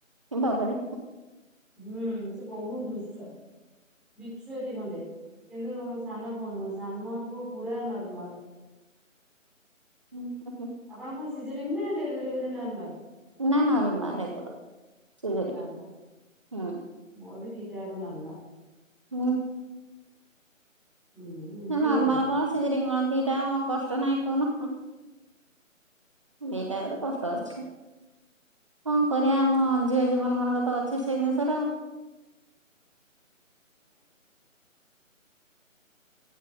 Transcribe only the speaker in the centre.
ହୁଁ ସେ ବହୁତ ଦୁଷ୍ଟ ବିଛୁଆତି ଖଣ୍ଡେ। କିନ୍ତୁ ମୋ ସାନ ପୁଅ ନୁହଁ ସାନ ପୁଅ ପୁରା ନର୍ମାଲ।
ଆପଣ କଣ ସିଜରିଙ୍ଗ ନା ଡେଲିଭରି ନର୍ମାଲ?
ନର୍ମାଲ
ମୋର ବି ଦିଟା ଙ୍କ ନର୍ମାଲ।
ହୁଁ। ଏମିତି
ଆଉ